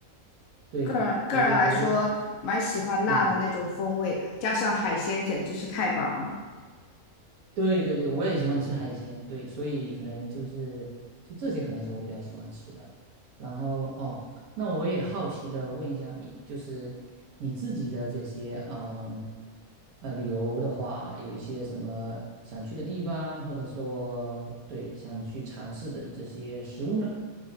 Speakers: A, on the right; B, on the left.
A: 对，
B: 个人个人来说蛮喜欢辣的那种风味啊，
A: 我这我觉得这个嗯，
B: 加上海鲜简直是太棒了。
A: 对对对，我也喜欢吃海鲜，对，所以可能就是就这些可能是我比较喜欢吃的。然后哦，那我也好奇的问一下你，就是你自己的这些嗯呃旅游的话，有一些什么想去的地方，或者说对想去尝试的这些食物呢？